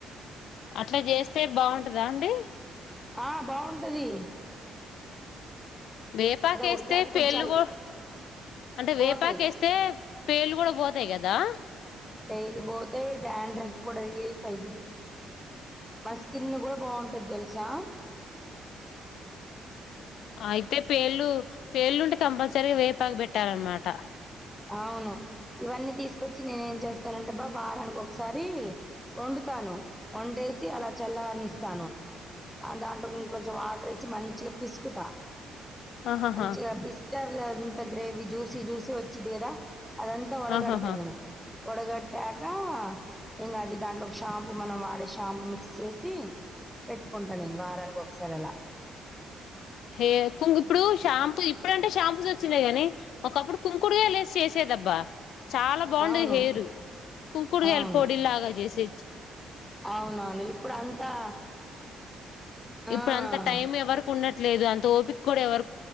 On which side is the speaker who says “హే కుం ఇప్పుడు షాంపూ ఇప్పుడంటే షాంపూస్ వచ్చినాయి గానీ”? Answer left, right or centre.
Left